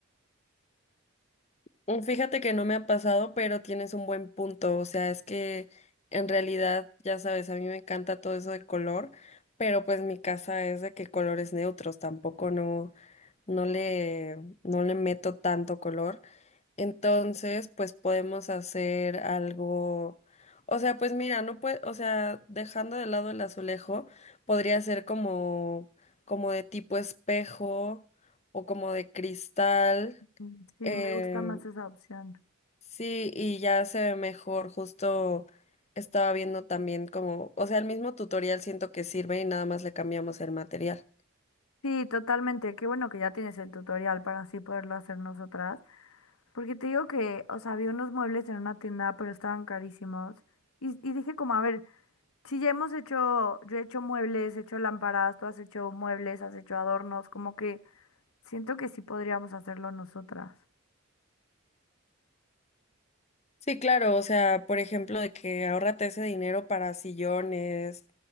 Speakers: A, on the left; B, on the left.
A: Mm, Fíjate que no me ha pasado, pero tienes un buen punto, o sea, es que en realidad, ya sabes, a mí me encanta todo eso de color, pero pues mi casa es de que colores neutros, tampoco no, no le, no le meto tanto color. Entonces, pues podemos hacer algo, o sea, pues mira, no puede, o sea, dejando de lado el azulejo, podría ser como, como de tipo espejo o como de cristal.
B: Mm, Sí,
A: eh,
B: me gusta más esa opción.
A: sí, y ya se ve mejor, justo estaba viendo también como, o sea, el mismo tutorial siento que sirve y nada más le cambiamos el material.
B: Sí, totalmente. Qué bueno que ya tienes el tutorial para así poderlo hacer nosotras. Porque te digo que, o sea, vi unos muebles en una tienda, pero estaban carísimos. Y, y dije como, a ver, si ya hemos hecho, yo he hecho muebles, he hecho lámparas, tú has hecho muebles, has hecho adornos, como que siento que sí podríamos hacerlo nosotras.
A: Sí, claro, o sea, por ejemplo, de que ahorrate ese dinero para sillones,